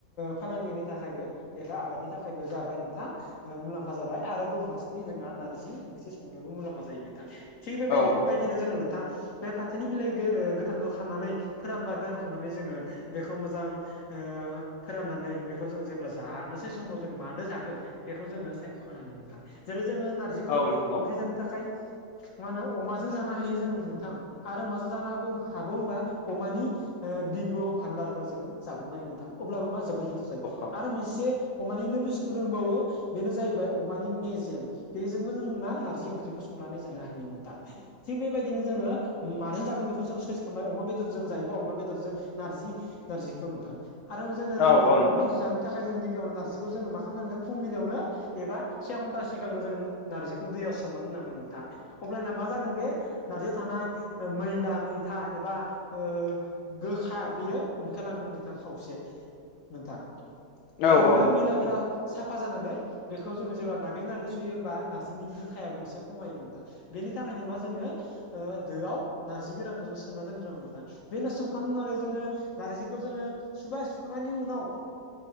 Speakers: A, on the left; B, on the left.
A: फालांगिनि थाखायबो एबा आबादनि थाखायबो जाबाय नोंथां ओ मुलाम्फा जाय आरो गुबुन फारसेनि जोंहा नारजि ओंख्रि संनायाबो मुलाम्फा जायो नोंथां थिग बे बेबायदिनो
B: औ नोंथां
A: जोङ नोंथां बे फाथोनि बिलाइ गो-गोथांखौ खानानै फोरानबाय फोरानखांनानै जोङो बेखौ मोजां ओ फोराननानै नै बेखौ जों जेब्ला जानोसै समाव जों मादो जागोन बेखौ जोङो सायख'नो हायो नोंथां। जेरै जोङो नारजिखौ
B: औ नोंथां औ
A: ओंख्रि जानो थाखाय मा होनो अमाजों जानो हायो जों नोंथां आरो माजों जानो हो हाबो होनोमबा अमानि ओ भिभ' भान्दारफोरजों जाबावनो हायो नोंथां अब्लाबो मा जबोद गोथाव जायो
B: औ
A: आरो मोनसे अमानिनो बुस्थु दंबावो बेनो जाहैबाय अमानि मेजेम बेजोंबो जों मा नारजि ओंख्रिखौ संनानै जानो हायो नोंथां। थिग बेबायदिनो जोङो मारों जागोन बेखौ जों सइस खालामबाय अमा बेदरजों जायोबा अमा बेदरजों नारजि नारजिखौ नुथां आरो जोङो
B: औ नोंथां
A: फुज जानो थाखाय जों गिबियाव नारजिखौ जोङो मा खालामनांगोन फुंबिलियावनो एबा से घन्टा सिगांनो जों नारजिखौ दैयावसोमनानै दोननांगोन नोंथां अब्लाना मा जागोन बे नारजियाव थानाय मैला मै था एबा ओ गोखा बियो ओंखारलङोन नोंथाङा खावसे नोंथां
B: औ
A: आरो मा
B: नोंथां
A: मैलाफोरा। साफा जानानै बेखौ जोङो जेब्ला नाग्लि नाग्लि सुयो होमबा नारजि गोखायाबो एसे खमायो नोंथां। बेनि थाखायनो मा जोङो दोआव नारजि गोरानखौ जों सोमना दोनग्रांगौ नोंथां। बे नस्थं खालामनानै जोङो नारजिखौ जोङो सुबाय सुखांनायनि उनाव